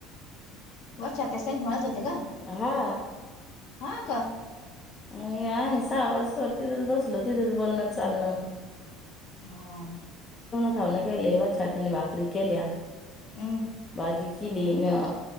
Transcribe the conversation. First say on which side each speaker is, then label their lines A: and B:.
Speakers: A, on the left (about 60°); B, on the left (about 30°).
A: वर ातस मळत होते का
B: हा
A: हा का
B: मग आहे सहा वाज तरो तिथंच बसल तिथंच बोलणं चालणं
A: हा
B: भा केले वच्या त्यानी भाकरी केल्या
A: हम्म
B: भाजी केली मी